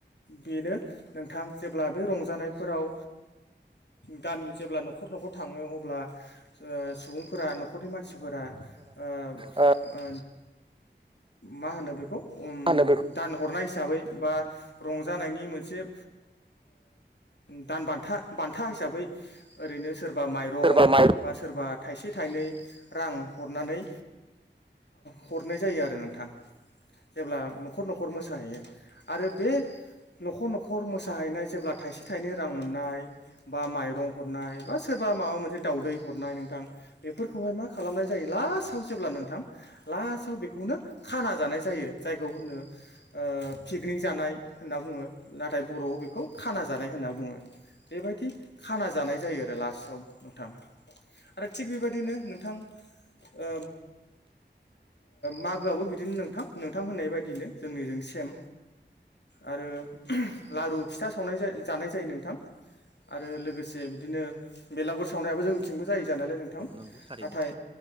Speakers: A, on the left; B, on the right.
A: बेनो नोंथां जेब्ला बे रंजानायफोराव गामि जेब्ला न'खर न'खर न'खर थाङो अब्ला सुबुंफोरा न'नि मानसि मानसिफोरा ओ
B: मा
A: मा होनो बेखौ ओम
B: होनो बेखौ
A: दानहरनाय हिसाबै बा रंजानायनि मोनसेओ दान बान्था बान्था हिसाबै ओरैनो सोरबा माइरं
B: सोरबा माइ
A: बा सोरबा थाइसे थाइनै रां हरनानै हरनाय जायो आरो नोंथां। जेब्ला न'खर न'खर मोसाहैयो आरो बे न'खर न'खर मोसाहैनाय जेब्ला थाइसे थाइनै रां मोननाय बा माइरं हरनाय बा सोर बा माबा मोनसे दाावदै हरनाय नोंथां। बेफोरखौहाय मा खालामनाय जायो लास्टाव जेब्ला नोंथां लास्टाव बेखौनो खाना जानाय जायो। जायखौ होनो ओ पिकनिक जानाय होनना बुङो नाथाय बर'आव बेखौ खाना जानाय होनो। होनना बुङो बेबायदि खाना जानाय जायो आरो लास्ताव नोंथां आरो थि बेबायदि बिदिनो नोंथां ओ मागोआबो बिदिनो नोंथां नोंथां होननाय बायदिनो जोंनिजों सेम। आरो लारु फिथा सावनाय जानाय जायो नोंथां। आरो लोगोसे बिदिनो बेलागुर सावनायाबो जोंनिथिंबो जायो जानायालाय नोंथां।
B: नंगौ थारैनो।
A: नाथाय